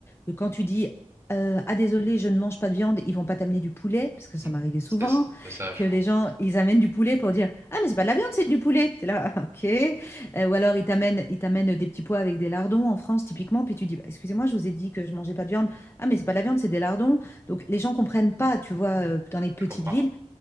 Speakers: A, on the left; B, on the right.
A: que quand tu dis euh, ah désolé, je ne mange pas de viande, ils vont pas t'amener du poulet, parce que ça
B: Mm.
A: m'arrivait souvent,
B: C'était- C'est ça,
A: que
B: je
A: les
B: vois.
A: gens, ils amènent du poulet pour dire ah mais c'est pas de la viande, c'est du poulet. T'es là, <laughs> Ah, ok. Euh, ou alors ils t'amènent, ils t'amènent des petits pois avec des lardons en France typiquement, puis tu dis bah, excusez-moi, je vous ai dit que je mangeais pas de viande. Ah mais c'est pas de la viande, c'est des lardons. Donc les gens comprennent pas, tu vois, euh, dans les petites
B: Je comprends.
A: villes,